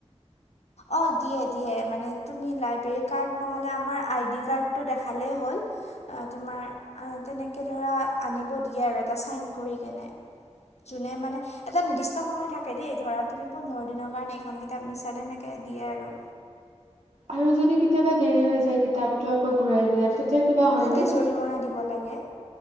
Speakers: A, on the left (about 70°); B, on the right (about 75°).
A: অ দিয়ে দিয়ে মানে তুমি লাইব্ৰেৰী কাৰ্ড নহলে আমাৰ আইডি কাৰ্ডটো দেখালেই হ'ল। আ তোমাৰ আ তেনেকে ধৰা আনিব দিয়ে আৰু এটা চাইন কৰি কেনে যোনে মানে এটা নিৰ্দিষ্ট সময় থাকে দেই ধৰা তুমি পোন্ধৰ দিনৰ কাৰণে এইখন কিতাপ নিচা তেনে। দিয়ে আৰু।
B: আৰু যদি কেতিয়াবা দেৰি হৈ যায় কিতাপটো আকৌ ঘূৰাই দিয়াত তেতিয়া। কিবা হয়নে?
A: তেতিয়া জৰিমনা দিব লাগে।